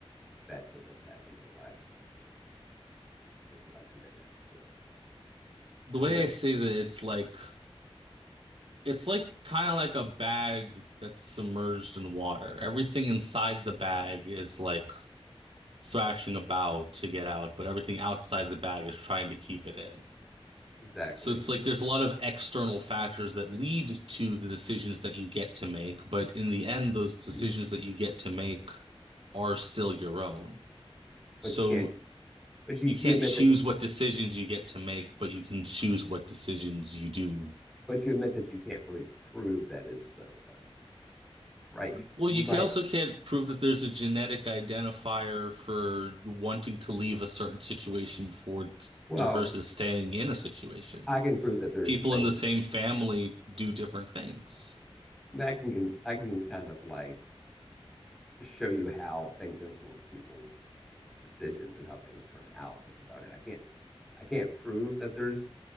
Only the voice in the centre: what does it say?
effect of what's happened in their lives. Is what I see that as. So
I
think I,
exactly,
Mm.
but
you can't, but you
you admit
that you,
but you admit that you can't really prove that is so, though. right? You,
you
might,
well,
I can prove that there's
things
that I,
can, can, I can kind of like show you how things influence people's decisions and how things turn out. That's about it. I can't, I can't prove that there's